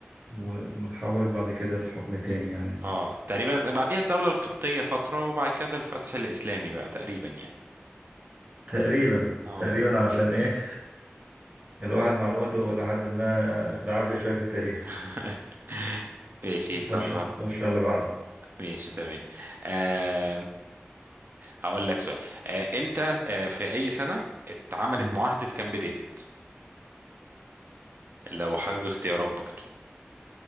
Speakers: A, on the right (about 25°); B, on the right (about 50°).
A: و... وتحولت بعد كده لحكم تاني يعني
B: آه تقريبا بعديها الدولة القبطية فترة وبعد كده الفتح الإسلامي بقى تقريبا يعني
A: تقريبا
B: آه
A: تقريبا علشان ايه الواحد معلوماته لحد ما بعافية شوية في التاريخ
B: <laughs> ماشي
A: نخش
B: طب
A: نخش على اللي بعده
B: ماشي تمام آه هقول لك سؤال آه إمتى آه في أي سنة اتعملت
A: مم.
B: معاهدة كامب ديفيد لو حابب اختيارات برضو